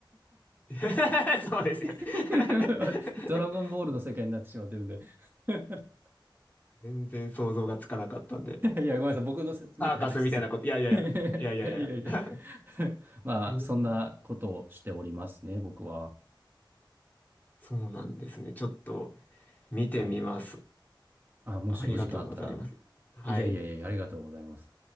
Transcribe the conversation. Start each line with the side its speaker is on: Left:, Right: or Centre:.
Left: <laughs> そうですよ。
Right: <laughs>
Left: <laughs>
Right: ドラゴンボールの世界になってしまってるんで。<laughs>
Left: 全然想像がつかなかったんで。
Right: いや、ごめんなさい。僕の説明が下手くそすぎて。
Left: サーカスみたいなこと、いやいやいや、
Right: <laughs>
Left: いやいやいやいや。
Right: いやいや。<laughs> まあ、
Left: へー
Right: そんなことをしておりますね、僕は。
Left: そうなんですね。ちょっと見てみます。
Right: はい。あ、もしお時間あったら。
Left: ありがとうございます。はい。
Right: いやいやいや、ありがとうございます。